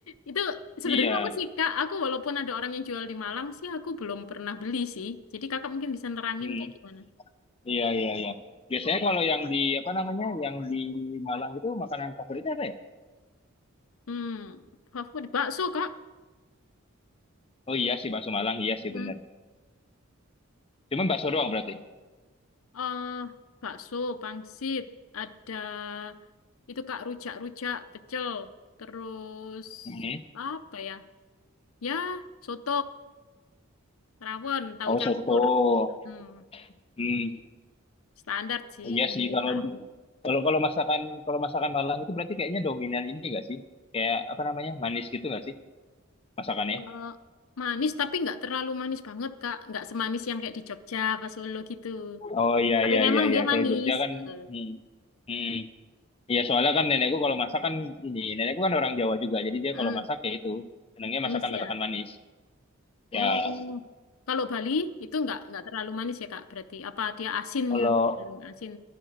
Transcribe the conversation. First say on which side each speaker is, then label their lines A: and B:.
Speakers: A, on the left (about 75°); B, on the left (about 25°).
A: Itu sebenarnya
B: Iya.
A: apa sih Kak? Aku walaupun ada orang yang jual di Malang sih, aku belum pernah beli sih. Jadi Kakak mungkin bisa nerangin
B: Hmm.
A: kayak gimana.
B: Iya, iya, iya. Biasanya kalau yang di apa namanya, yang di Malang itu makanan favoritnya apa ya?
A: Hmm, favorit bakso Kak.
B: Oh iya sih bakso Malang, iya sih
A: Hmm.
B: bener. Cuman bakso doang berarti.
A: eh, bakso, pangsit, ada itu Kak rujak-rujak, pecel, terus
B: Mhm.
A: apa ya? Ya, soto, rawon, tahu
B: Oh soto.
A: campur. Hmm,
B: Hmm,
A: standar sih,
B: iya
A: hampir
B: sih kalau
A: sama.
B: kalau kalau masakan kalau masakan Malang itu berarti kayaknya dominan ini gak sih? Kayak apa namanya manis gitu gak sih masakannya?
A: Eh, manis tapi nggak terlalu manis banget Kak. Nggak semanis yang kayak di Jogja pas Solo gitu.
B: Oh iya
A: Tapi
B: iya
A: memang
B: iya iya.
A: dia
B: Kalau
A: manis.
B: Jogja kan,
A: Eh,
B: hmm, hmm. Iya soalnya kan nenekku kalau masak kan ini nenekku kan orang Jawa juga, jadi dia
A: mm,
B: kalau masak ya itu senangnya
A: manis
B: masakan
A: ya.
B: masakan manis. Ya,
A: Oh, kalau Bali itu nggak nggak terlalu manis ya Kak. Berarti apa dia asin
B: kalau
A: ya? Hmm, Asin.